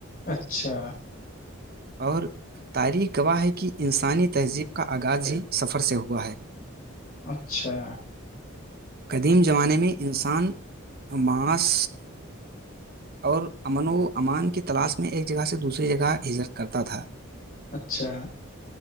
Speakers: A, on the left; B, on the right.
A: اچھا
B: اور تاریخ گواہ ہے کہ انسانی تہذیب کا آغاز ہی سفر فر سے ہوا ہے
A: اچھا
B: قدیم زمانے میں انسان معاس اور امن و امان کی تلاش میں ایک جگہ سے دوسری جگہ ہجرت کرتا تھا
A: اچھا